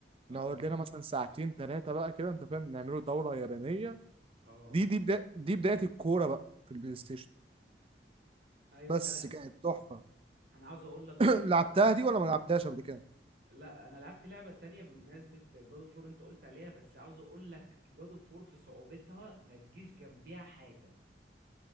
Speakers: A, on the right (about 60°); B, on the right (about 30°).
A: اه
B: نقعد لنا مثلا ساعتين ثلاثه بقى كده انت فاهم نعملوا دوره يابانيه
A: اه
B: دي دي بدا دي بدايه الكوره بقى في البلاي ستيشن
A: ايوه
B: بس
A: فعلا
B: كانت تحفة
A: انا عاوز اقول لك
B: <clears throat>
A: برضو
B: لعبتها دي ولا ما لعبتهاش قبل كده
A: لا انا لعبت لعبه تانية بمناسبه جود اوف وور انت قلت عليها بس عاوز اقول لك جود اوف وور في صعوبتها ما تجيش جنبيها حاجه